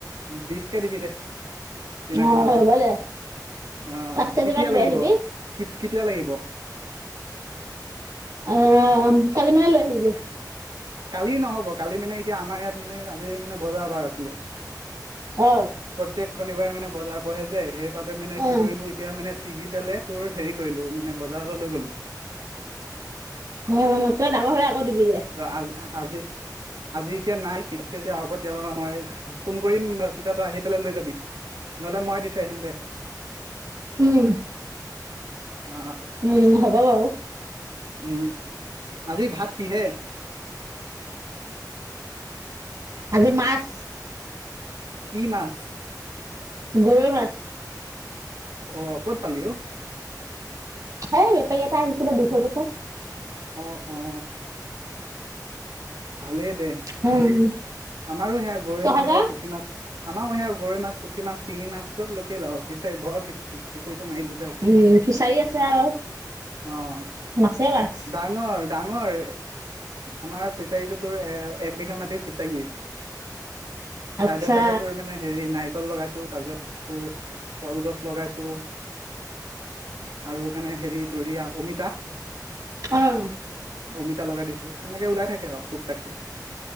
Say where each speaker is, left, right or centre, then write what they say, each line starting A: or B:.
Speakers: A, on the right; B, on the right.
A: বিশ কে দিবি দে। চিনাকি
B: অ
A: মানুহ
B: হ'ব দে
A: অ অঁ,
B: পাঁচ কেজি
A: কেতিয়া
B: মান লৈ
A: লাগিব
B: আহিবি
A: কেতিয়া লাগিব?
B: অ কালি মানে লৈ আহিবি।
A: কালি নহ'ব কালি মানে এতিয়া আমাৰ ইয়াত মানে আজি মানে বজাৰ এ বাৰ আছিলে।
B: অ,
A: প্ৰত্যেক শনিবাৰে মানে বজাৰ বহে যে, সেইবাবে মানে
B: অ
A: কি কৰিলো, এতিয়া মানে ছিগি পেলাই তোৰ হেৰি কৰিলো, মানে বজাৰলৈ লৈ গ'লো।
B: অ মই, তই ডাঙৰ হৈ আকৌ দিবি যে।
A: ত আজ - আজি, আজি এতিয়া নাই পিছকে <unintelligible> যেতিয়া হ'ব, তেতিয়া মই ফোন কৰিম তেতিয়া তই আহি পেলাই লৈ যাবি। নহ'লে মই দি থৈ আহিম দে।
B: উম।
A: অ
B: উম হ'ব বাৰু।
A: উম, আজি ভাত কিহে?
B: আজি মাছ।
A: কি মাছ?
B: গৰৈ মাছ।
A: অ ক'ত পালি অঁ।
B: এই বেপাৰী এটা আহিছিলে, দি থৈ গৈছে।
A: অ', -অ'। ভালেই দে।
B: উম।
A: আমাৰো সেয়া গৰৈ
B: তহঁতৰ?
A: মাছ আৰু পুঠি মাছ। আমাৰ সেয়া গৰৈ মাছ, পুঠি মাছ, শিঙি মাছ চব লোকেই লাওঁ পিছে ঘৰ পিছ পুখুৰীটো মাৰিলো যে আজি।
B: উম, ফিচাৰী আছে আৰু
A: অ',
B: মাছে মাছ।
A: দ ডাঙৰ-ডাঙৰ আমাৰ ফিচাৰীটো তোৰ এক বিঘা মাটিৰ ফিচাৰীয়ে। চাইডে-চাইডে
B: আচ্ছা।
A: তোৰ মানে হেৰি নাৰিকল লগাইছো তাৰ পিছত, তোৰ কলগছ লগাইছো। আৰু মাননে হেৰি তৰিয়া অমিতা।
B: অঁ।
A: অমিতা লগাই দিছো, তেনেকে ওলাই থাকে আৰু তোক। তাককে